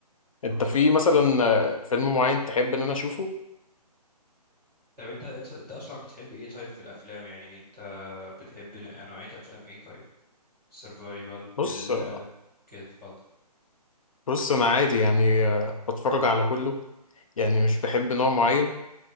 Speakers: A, on the left (about 55°); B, in the centre.
A: انت
B: افلام
A: في مثلا آه، فيلم معين تحب ان انا اشوفه
B: طب انت انت انت اصلا بتحب ايه طيب في الافلام يعني انت بتحب نوعيه افلام ايه طيب سيرفايفل
A: بص
B: ال
A: آه،
B: كده اتفضل
A: بص انا عادي يعني آه، بتفرج على كله يعني مش بحب نوع معين